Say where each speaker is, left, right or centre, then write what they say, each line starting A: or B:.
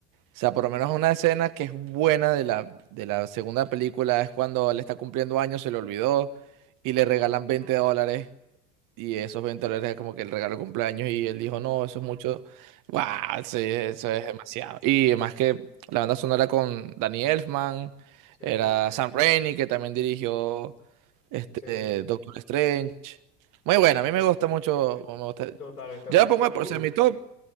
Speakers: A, on the right; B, on the left.
A: O sea, por lo menos una escena que es buena de la, de la segunda película es cuando él está cumpliendo años, se le olvidó y le regalan
B: Mm,
A: 20 dólares y esos 20 dólares es como que el regalo de cumpleaños y él
B: mm.
A: dijo, no, eso es mucho, wow, sí, eso es demasiado. Y además que la banda sonora con Danny Elfman,
B: Sí,
A: era
B: sí, sí,
A: Sam Raimi que también dirigió este,
B: sí, sí,
A: Doctor
B: sí,
A: Strange. Muy buena,
B: sí,
A: a mí me
B: sí,
A: gusta
B: sí,
A: mucho, me gusta-
B: totalmente. O
A: Yo
B: sea,
A: la pongo,
B: que tú,
A: de- o sea, mi top,